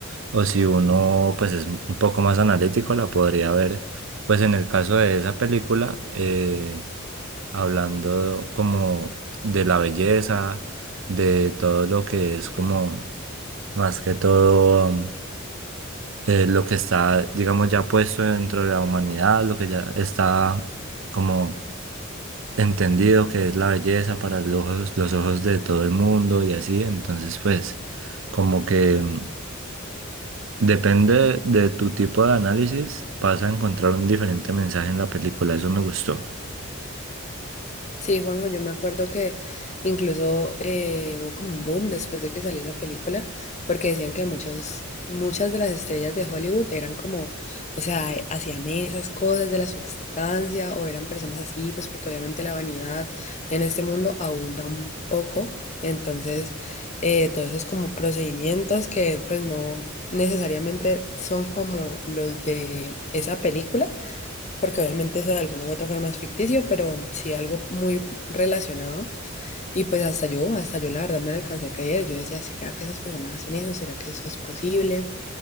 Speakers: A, on the right (about 65°); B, on the left (about 35°).
A: o si uno pues es un poco más analítico, la podría ver. Pues en el caso de esa película, eh, hablando como de la belleza, de todo lo que es como más que todo... um, eh, lo que está, digamos, ya puesto dentro de la humanidad, lo que ya está como entendido que es la belleza para los ojos, los ojos de todo el mundo y así, entonces pues como que mm, depende de tu tipo de análisis, vas a encontrar un diferente mensaje en la película, eso me gustó.
B: Sí, Juanjo, yo me acuerdo que incluso eh, hubo como un boom después de que salió esa película, porque decían que muchos, muchas de las estrellas de Hollywood eran como, o sea, eh, hacían esas cosas de la sustancia o eran personas así, pues porque obviamente la vanidad en este mundo abunda un poco, entonces eh, todos esos como procedimientos que pues no necesariamente son como los de esa película porque obviamente eso de alguna u otra forma es ficticio, pero sí algo muy relacionado. Y pues hasta yo, hasta yo la verdad me lo alcancé a creer. Yo decía, ¿será que esas personas hacen eso? ¿Será que eso es posible?